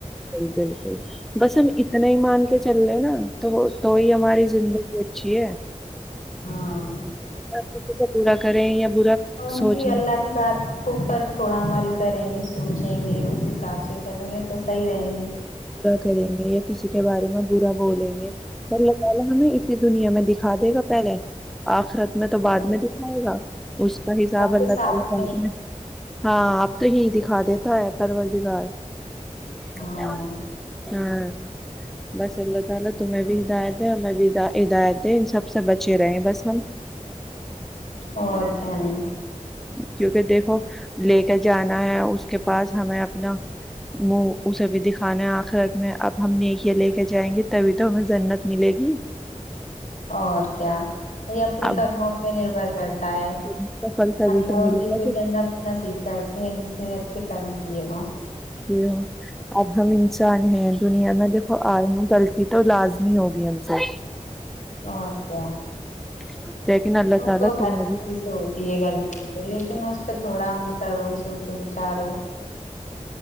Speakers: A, in the centre; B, on the left (about 80°).
A: بالکل بالکل، بس ہم اتنا ہی مان کے چل رہے نا تو تو ہی ہماری زندگی اچھی ہے
B: ہاں
A: کسی کو پورا کریں یا با
B: اور ان
A: سوچ
B: کی
A: ل
B: اللہ کی بات کو پر تھوڑا عمل کریں گے سوچیں گے اس حساب سے چلیں گے تو صحیح رہیں گے
A: بورا کریں گے یا کسی کے بارے میں برا بولیں گے اللہ تعالی ہمیں اسی دنیا میں دکھا دے گا پہلے آخرت میں تو بعد
B: اور
A: میں دکھائے گا اس کا حساب
B: اب تو
A: اللہ
B: ساتھ
A: تعالی بعد میں ہاں آپ تو ہی دکھا دیتا ہے پرور دیگار م
B: ہاں
A: تو کیا <unintelligible> ہاں بس اللہ تعالی تمہیں بھی ہدایت ہے ہمیں بھی ہدایت ہے ان سب سے بچے رہے بس ہم
B: اور کیا نہیں
A: کیونکہ دیکھو لے کے جانا ہے اس کے پاس ہمیں اپنا منہ اسے بھی دکھانا ہے خرت میں اب ہم نیک یا لے کے جائیں گے تبھی تو ہمیں جنت ملے گی
B: اور کیا یہ اپنے
A: اب
B: کرموں پہ نربھر کرتا ہے
A: کا پھل تبھی
B: اللہ
A: تو ملے
B: اسی
A: گا
B: کو جنانا سھ کرتے ہیں جس نے اچھے کرم کیے ہوں
A: ج ابام نان ہے دنیا میں دیکو آئے ہوں غلط تو لازمی ہوگی ہم سے
B: اور کیا
A: <inaudible>
B: وہ
A: تعالی
B: تو
A: تمہیں
B: ہر
A: بھی
B: کسی سے ہوتی ہے غلطی تو لیکن اس پہ تھوڑا امل کا روس ہو چک چارو